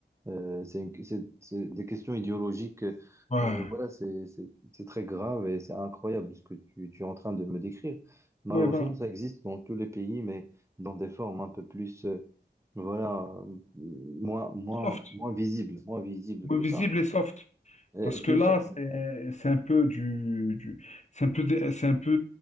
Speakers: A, on the right (about 15°); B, on the left (about 40°).
A: euh, c'est une- c'est- c'est des questions idéologiques.
B: ouais.
A: euh, voilà, c'est c'est- c'est très grave et c'est incroyable ce que tu, tu es en train de me décrire. Malheureusement,
B: Oui, voilà.
A: ça existe dans tous les pays, mais dans des formes un peu plus, euh, voilà, euh, moins, moins,
B: Soft.
A: moins visibles, moins visibles que
B: Oui, Visible
A: ça.
B: et soft.
A: Et
B: Parce
A: plus,
B: que là,
A: euh,
B: c'est c'est un peu du, du- c'est un peu, dé- c'est un peu